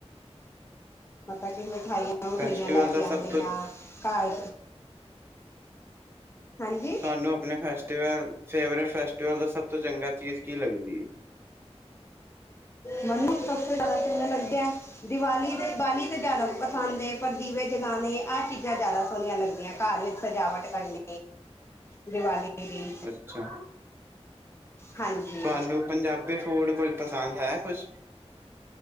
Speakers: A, on the left; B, on the right.
A: ਪਤਾ ਕੀ, ਮਿਠਾਈਆਂ ਮਠਾਈਆਂ
B: ਫੈਸਟੀਵਲ
A: ਲੈ
B: ਦਾ
A: ਕੇ ਆਉਂਦੇ
B: ਸਭ ਤੋਂ
A: ਆ ਘ, ਹਾਂਜੀ
B: ਤੁਹਾਨੂੰ ਆਪਣੇ ਫੈਸਟੀਵਲ, ਫੇਵਰੇਟ ਫੈਸਟੀਵਲ ਤੋਂ ਸਭ ਚੰਗਾ ਚੀਜ਼ ਕੀ ਲੱਗਦੀ ਹੈ
A: ਮੈਨੂੰ ਸਭ ਤੋਂ ਜ਼ਿਆਦਾ ਚੰਗਾ ਲੱਗਦਾ, ਦੀਵਾਲੀ ਦੇ-' ਦੀਵਾਲੀ, ਤਾਂ ਜ਼ਿਆਦਾ ਪਸੰਦ ਏ, ਪਰ ਦੀਵੇ ਜਗਾਉਣੇ, ਆਹ ਚੀਜ਼ਾਂ ਜ਼ਿਆਦਾ ਸੋਹਣੀਆਂ ਲੱਗਦੀਆਂ, ਘਰ ਵਿੱਚ ਸਜਾਵਟ ਕਰਨੀ ਦੀਵਾਲੀ ਦੀ,
B: ਅੱਛਾ,
A: ਹਾਂਜੀ
B: ਤੁਹਾਨੂੰ ਪੰਜਾਬੀ ਫੂਡ, ਕੁਝ ਪਸੰਦ ਹੈ ਕੁਝ